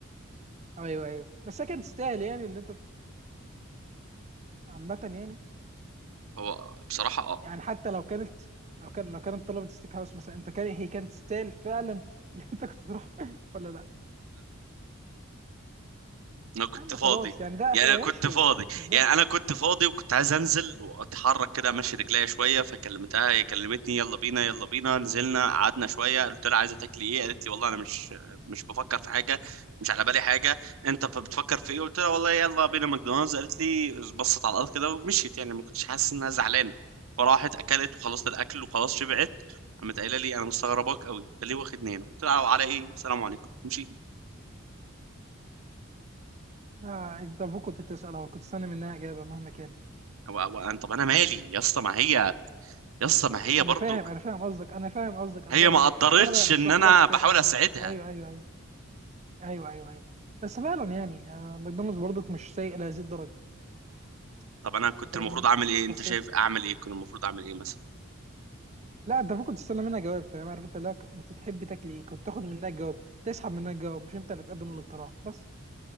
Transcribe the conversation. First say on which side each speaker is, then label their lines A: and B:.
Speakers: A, on the right; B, on the right.
A: ايوه ايوه بس هي كانت تستاهل يعني اللي انت عامة يعني
B: هو بصراحه اه
A: يعني حتى لو كانت لو كان لو كانت طلبت ستيك هاوس مثلا انت كان هي كانت تستاهل فعلا اللي انت كنت تروح <laughs> ولا لا
B: انا كنت
A: يا عم
B: فاضي
A: خلاص يعني ده
B: يعني
A: اخي ماشي
B: انا كنت فاضي
A: بالظبط
B: يعني انا كنت فاضي وكنت عايز انزل واتحرك كده امشي رجليا شويه فكلمتها هي كلمتني يلا بينا يلا بينا نزلنا قعدنا شويه قلت لها عايزه تاكلي ايه قالت لي والله انا مش مش بفكر في حاجه مش على بالي حاجه انت ف- بتفكر في ايه قلت لها والله يلا بينا ماكدونالدز قالت لي بصت على الارض كده ومشيت يعني ما كنتش حاسس انها زعلانه فراحت اكلت وخلصت الاكل وخلاص شبعت قامت قايله لي انا مستغرباك قوي انت ليه واخدني هنا قلت لها على ايه السلام عليكم امشي
A: آه انت المفروض كنت تسال او كنت تستنى منها اجابه مهما كان
B: هو- هو أنا- طب انا مالي يا اسطى ما هي يسطا ما هي
A: انا
B: برضو
A: فاهم انا فاهم قصدك انا فاهم قصدك انا
B: هي
A: فاهم
B: ما
A: قصدك
B: قدرتش
A: بس انا بقى بشرح
B: ان انا
A: لك
B: بحاول
A: فيها
B: اساعدها
A: ايوه ايوه ايوه ايوه ايوه, أيوة. بس فعلا يعني آه ماكدونالدز برضك مش سيء لهذه الدرجه
B: طب انا كنت
A: فاهمني
B: المفروض اعمل ايه انت
A: بس
B: شايف
A: قشطة.
B: اعمل ايه كنت المفروض اعمل ايه مثلا
A: لا انت المفروض تستنى منها جواب فاهم عارف انت لا انت تحب تاكل ايه كنت تاخد منها الجواب تسحب منها الجواب مش انت اللي تقدم الاقتراح بس